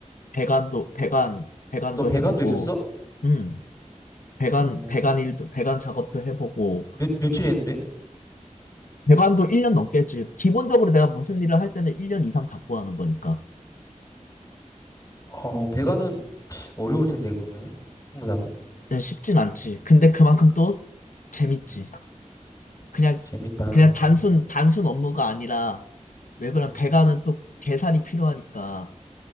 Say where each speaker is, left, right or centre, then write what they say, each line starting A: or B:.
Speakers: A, on the left; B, on the left.
A: 배관도 배관 배관도
B: 너 배관도
A: 해보고
B: 있었어?
A: 음 배관
B: 어,
A: 배관 일도 배관 작업도 해보고
B: 몇, 며칠 했는데?
A: 배관도 1년 넘게 했지 기본적으로 내가 무슨 일을 할 때는 1년 이상 잡고 하는 거니까
B: 어, 배관은 어려울 텐데, 그거는. 항상.
A: 네, 쉽진 않지 근데 그만큼 또 재밌지
B: 음,
A: 그냥
B: 재밌다.
A: 그냥 단순
B: 음,
A: 단순 업무가 아니라 왜 그런
B: 음.
A: 배관은 또 계산이 필요하니까